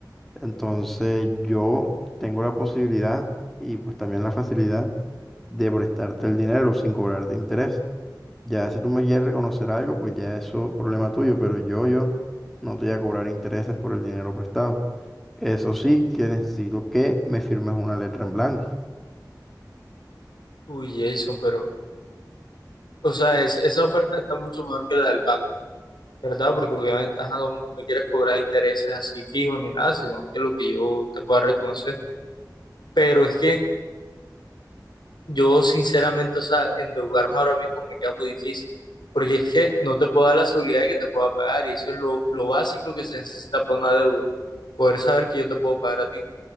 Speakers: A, in the centre; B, on the left.
A: Entonces yo tengo la posibilidad y pues también la facilidad de prestarte el dinero sin cobrarte interés. Ya si tú me quieres reconocer algo, pues ya eso es problema tuyo, pero yo, yo no te voy a cobrar intereses por el dinero prestado. Eso sí, que necesito que me firmes una letra en blanco.
B: Uy, Jason, pero, o sea, es- esa oferta está mucho mejor que la del banco, ¿verdad? Porque obviamente, ajá, no, no me quieres cobrar intereses así fijos ni nada, sino que lo que yo te pueda reconocer. Pero es que Yo sinceramente, o sea, endeudarme ahora mismo me queda muy difícil, porque es que no te puedo dar la seguridad de que te pueda pagar y eso es lo, lo básico que se necesita para una deuda, poder saber que yo te puedo pagar a ti